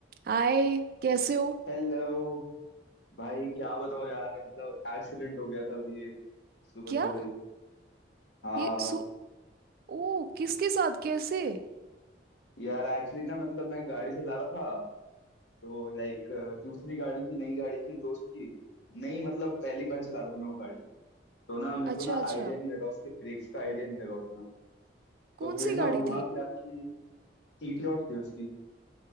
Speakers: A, on the right; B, on the left.
A: हाय कैसे हो
B: Hello भाई क्या बताऊं यार मतलब एक्सीडेंट हो गया था अभी एक सुबह
A: क्या
B: सुबह ही हाँ
A: ये सु ओ किसके साथ कैसे
B: यार एक्चुअली ना मतलब मैं गाड़ी चला रहा था तो लाइक दूसरी गाड़ी थी नई गाड़ी थी दोस्त की नहीं मतलब पहली बार चला रहा था मैं वो गाड़ी तो ना मेरे
A: अच्छा
B: को ना
A: अच्छा
B: आइडिया नहीं लगा उसके ब्रेक्स का आइडिया नहीं लगा उतना
A: कौन
B: तो फिर
A: सी
B: ना
A: गाड़ी
B: हुआ
A: थी
B: क्या कि ईटियोस थी उसकी